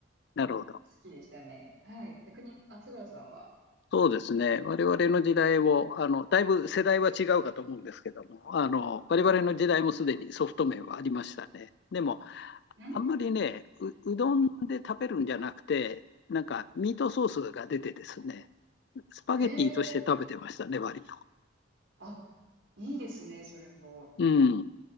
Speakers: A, on the left (about 60°); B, on the right (about 75°).
A: なるほど。
B: きでしたね。はい。逆に、松原さんは。
A: そうですね、我々の時代をあの、だいぶ世代は違うかと思うんですけども、あの我々の時代もすでにソフト麺はありましたね。でも、
B: うん。
A: あんまりねう、うどんで食べるんじゃなくて、なんかミートソースが出てですね、スパゲティとして食べてましたね、
B: へえ。
A: 割と。
B: あ、いいですね、それも。
A: うん、